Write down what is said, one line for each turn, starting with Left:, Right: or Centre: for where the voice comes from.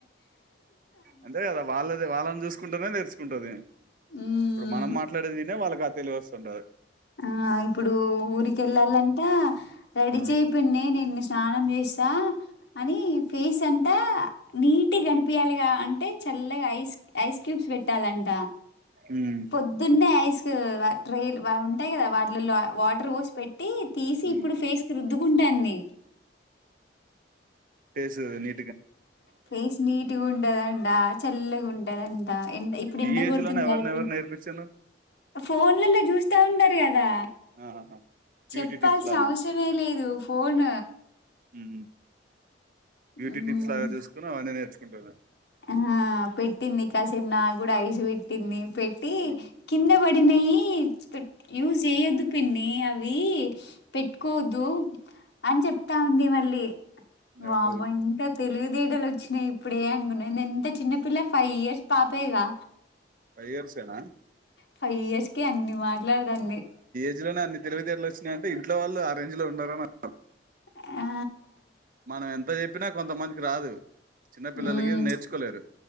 Right: అంతే కదా వాళ్ళది వాళ్ళని చూసుకుంటేనే నేర్చు ఉంటది
Left: ఉమ్
Right: ఇప్పుడు మనం మట్లాడేదినే వాళ్ళకి తెలియవస్తుంటారు
Left: ఆ అయి ఇప్పుడు ఉరికెల్లాలంట రెడీ
Right: ఆ
Left: చెయ్ పిన్ని నేను చేసా అని ఫేస్ అంటే నీటి గనిపియల్ అంటే చల్లగా ఐస్ ఐస్ క్యూబ్స్ పెట్ ట్టాలంట
Right: ఉమ్
Left: పొద్దున్నే ఐస్ టి ట్రైల్ ఉంటాయి కదా వాటిలో వాటర్ మోసి పెట్టి తీసి
Right: ఉమ్
Left: ఇప్పుడు ఫేస్ కి రుద్దుకుంటాంది
Right: చేసు నీ
Left: ఫేస్ నీట్గా ఉండదం ట. చా పుల్లగుంట ధన్ ఎ ఇప్పుడు ఎండ
Right: ఈ ఏజ్
Left: కొడుతుంది
Right: లోనే ఎవరిని
Left: కదా
Right: ఎవరు నేర్పించిండ్రు
Left: ఫోన్లలో చూస్తా ఉన్నరు గధా కదా
Right: ఆహా
Left: చెప్పాల్సిన
Right: బ్యూటీ టిప్స్ లాగా
Left: అవసరమే లేదు ఫోన్
Right: హ్మ్ బ్యూటీ
Left: ఉమ్
Right: టిప్స్ లా చుస్కునావ్ అని నెర్చ్ ధింపవ <unintelligible>
Left: ఆ పెట్టింది కాసేపు నాకు గుడా ఐస్ ట్టింది వె టింధి పేటీ
Right: ఉమ్
Left: కింద
Right: ఉమ్
Left: బడి నయి ధాగ్ యూజ చేయొద్దు పిన్ని ఆవి పీట్కోద్దు అని చెప్తా ఉంది మళ్ళీ వామ్మో
Right: అబ్బో
Left: ఇంత థైలివితేేటలు వచ్చినాయి ఇప్పుడే అని నెన్ ఎంత చిన్నపిల్ల ఫైవ్ ఇయర్స్ పాపేగా.
Right: ఫైవ్ ఇయర్స్ ఏన
Left: ఫైవ్ ఇయర్స్ ఐయాని మాట్లాడదండి
Right: ఇలోనే అన్ని తెలివితేేటలు వచ్చినాయంటే ఇంట్ వాళ్ళు ఆ రేంజ లో ఉన్నారని అర్థం
Left: ఆ
Right: మనం ఎంత చెప్పి కొంచంత మందికి రాదు చిన్న పిల్లలకి
Left: ఉమ్
Right: నేర్చుకోలేరు